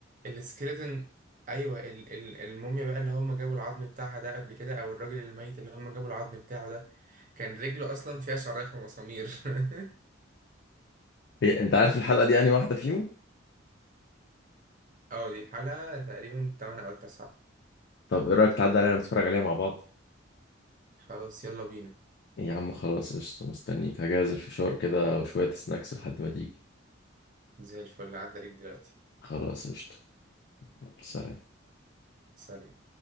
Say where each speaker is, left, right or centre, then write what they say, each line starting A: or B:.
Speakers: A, on the right; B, on the left.
A: السكريتن ايوه ال... ال... الموميا بقى اللي هم جابوا العظم بتاعها ده قبل كده او الراجل الميت اللي هم جابوا العظم بتاعه ده كان رجله اصلا فيها شرايح ومسامير <laughs>
B: إيه انت عارف الحلقه دي انهي واحده فيهم
A: اه دي الحلقه تقريبا 8 او 9
B: طب ايه رايك تعدي علينا نتفرج عليها مع بعض
A: خلاص يلا بينا
B: إيه يا عم خلاص قشطه مستنيك هجهز الفشار كده وشويه سناكس لحد ما تيجي
A: زي الفل عدى عليك دلوقتي
B: خلاص قشطه يلا، سلام
A: سلام